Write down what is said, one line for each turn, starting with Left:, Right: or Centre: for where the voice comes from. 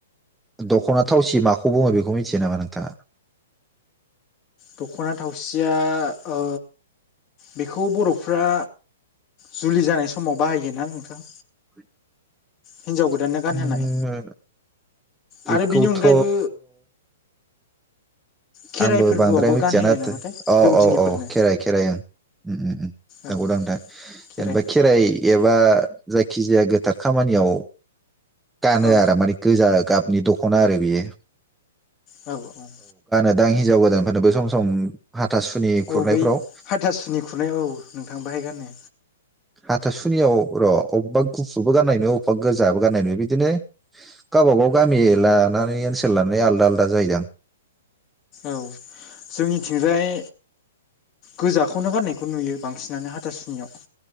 Centre: दख'ना थावसि माखौ बुङो बेखौ मिथियो नामा नोंथाङा? <inaudible>
Left: दख'ना थावसिया ओ बेखौ बर'फ्रा जुलि जानाय समाव बाहायोना नोंथां?
Centre: <inaudible>
Left: हिनजाव गोदाननो गानहोनाय
Centre: उम बेखौथ'
Left: आरो बिनि अनगायैबो खेराइ
Centre: आंबो
Left: फोरबोआवबो
Centre: बांद्राय मिथियाना
Left: गानहोयो नामाथाय
Centre: थो औ
Left: दौदिनिफोरनो
Centre: औ औ खेराइ खेराइ ओ। उम उम उम
Left: औ
Centre: नंगौदां नोंथां।
Left: खेराइ
Centre: जेनेबा खेरायाव बा जायखि जाया गोथार खामानियाव गानो
Left: औ
Centre: आरो माने गोजा गाबनि दख'ना आरो बेयो
Left: औ औ।
Centre: दा हिनजाव गोदानफोरनोबो सम सम हाथासुनि खुरनायफ्राव
Left: औ बै हाथासुनि खुरनाय औ नोंथां बाहाय गानो
Centre: हाथासुनियाव र'अब्बा गुफुरबो गाननाय नुयो अब्बा गोजाबो गाननाय नुयो बिदिनो गावबा गाव गामि लानानै ओनसोल लानानै आलदा आलदा जायोदां ।
Left: औ जोंनिथिंजाय गोजाखौनो गाननाय खौ नुयो बांसिनानो हाथासुनियाव